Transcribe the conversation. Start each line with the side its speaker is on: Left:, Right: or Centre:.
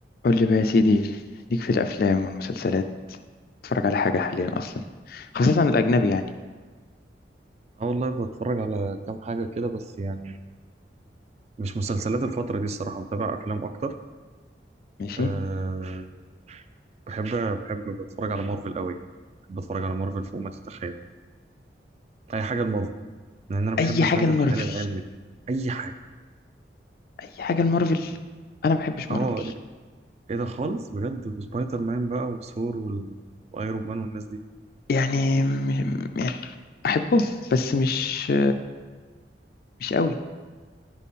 Left: قول لي بقى يا سيدي ليك في الافلام والمسلسلات تتفرج على حاجه حاليا اصلا خاصه الاجنبي يعني
Right: اه والله بتفرج على كام حاجة كده بس يعني مش مسلسلات الفترة دي الصراحة متابع أفلام أكتر
Left: ماشي
Right: أه بحب بحب بتفرج على مارفل قوي بحب أتفرج على مارفل فوق ما تتخيل أي حاجة لمارفل لأن أنا بحب
Left: اي حاجه
Right: شوية
Left: المارفل
Right: الخيال العلمي دي أي حاجة
Left: اي حاجه المارفل انا ما بحبش مارفل
Right: أه إيه ده خالص بجد وسبايدر مان بقى وثور وال- وأيرون مان والناس دي
Left: يعني م... يعني احبه بس مش مش قوي